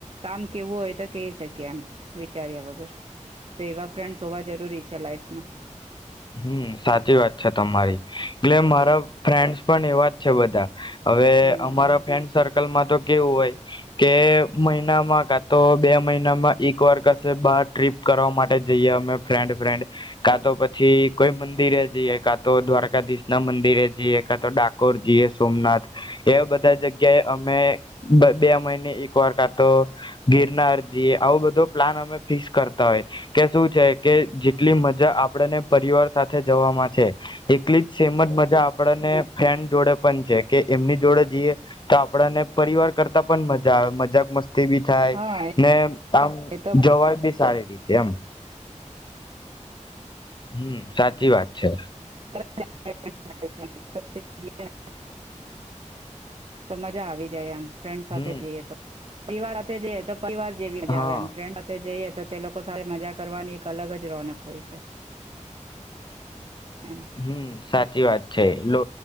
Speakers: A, on the right (about 45°); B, on the left (about 35°).
A: કામ કેવું હોય તો કહી શકીએ એમ વિચાર્યા વગર. તો એવા ફ્રેન્ડ્સ હોવા જરૂરી છે લાઈફ ના.
B: હમ્મ સાચી વાત છે તમારી. એટલે મારા
A: તો
B: ફ્રેન્ડસ પણ એવા છે બધા. હવે
A: હમ
B: અમારા ફ્રેન્ડ સર કલમાં તો કેવું હોય કે મહિનામાં કા તો બે મહિનામાં એક વાર કશે બાર ટ્રીપ કરવા માટે જઈએ અમે ફ્રેન્ડ ફ્રેન્ડ કા તો પ છી કોઈ મંદિરે જઈએ કા તો દ્વારકાધીશ ના મંદિરે જઈએ કા તો ડાકોર જઈએ સોમનાથ. એવા બધા જગ્યાએ અમે બ-બે મહિને એકવાર કા તો ગિરનાર જઈએ આવો બધો પ્લાન અમે ફિક્સ કરતા હોય કે શું છે કે જેટલી મજા આપડને પરિવાર સાથે જવાવામાં છે એટલી જ સેમ જ મજા આપડેને ફેન્ડ જોડે પણ છે. કે એમની જોડે જીએ તો આપડા ને પરિવાર કરતા પણ મજા આવે મજાક મસ્ત થી ભી થાય
A: હા
B: ને આમ
A: એ તો
B: જવાય બી સારી રીતે એમ. હમ્મ, સાચી વાત છે.
A: <inaudible> તો મજા આવી જાય આમ. ફ્રેન્ડ સાથે
B: હમ
A: જઈએ તો. તેવા રાતે જઈએ તો પરિવાર જેવી મજા
B: હા
A: આવે આમ ફ્રેન્ડ સાથે જઈએ તો તે લોકો સાથે મજા કરવાની એક અલગ જ રોનક હોય છે. એમ
B: હમ્મ સાચી વાત છે. લો